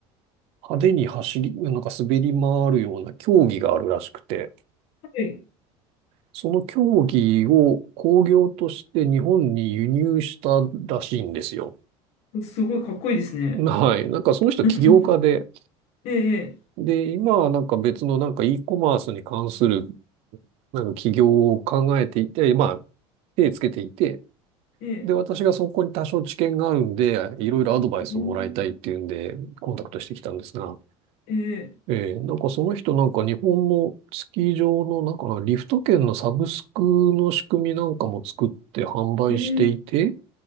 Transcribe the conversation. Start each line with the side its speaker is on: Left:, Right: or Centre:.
Right: 派手に走り、なんか滑り回るような競技があるらしくて。
Left: は
Right: その競技を興行として日本に輸入したらしいんですよ。
Left: いすごいかっこいいですね。
Right: <laughs> はい。なんかその人起業家で、
Left: <laughs> ええ。
Right: で、今はなんか別のなんか e コマースに関するなんか起業を考えていて、まあ手つけていて、
Left: ええ。
Right: で、私がそこに多少知見があるんで、
Left: ええ
Right: いろいろアドバイスをもらいたいっていうんで、
Left: おー
Right: コンタクトしてきたんですが、
Left: ええ。
Right: えーなんかその人なんか日本のスキー場のなんかなリフト券のサブスクの仕組みなんかも作って販売していて、
Left: ええ。